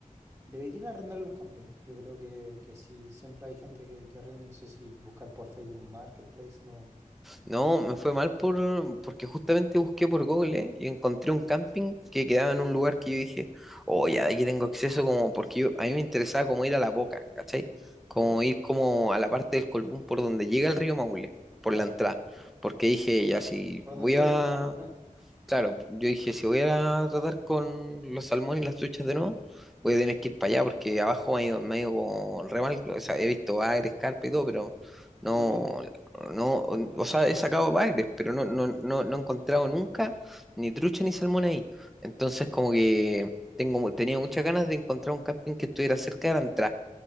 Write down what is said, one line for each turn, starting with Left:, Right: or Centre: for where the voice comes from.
Right: Deberían arrendar los campings. Yo creo que, que sí, siempre hay gente que, que arrenda. No sé si buscar por Facebook Marketplace no. no
Centre: No, me fue mal por, porque justamente busqué por Google y encontré un camping que quedaba en un lugar que yo dije, oh, ya de aquí tengo acceso como porque yo- a mí me interesaba como ir a la boca, ¿cachai? Como
Right: ¿Ya?
Centre: ir como a la parte del Colbún por donde llega el río Maule, por
Right: Claro.
Centre: la entrada, porque dije, ya si
Right: Por
Centre: voy
Right: donde suben
Centre: a,
Right: los pescados. <laughs>
Centre: Claro, yo dije, si voy a tratar con los salmones y las truchas de nuevo, voy a tener que ir para allá porque abajo me ha ido, me ha ido como re mal. O sea, he visto bagres, carpa y todo, pero no,
Right: No pican.
Centre: no, o sea, he sacado bagres, pero no, no, no, no he encontrado nunca ni trucha ni salmón ahí. Entonces, como que tengo, mu- tenía muchas ganas de encontrar un camping que estuviera cerca de la entrada.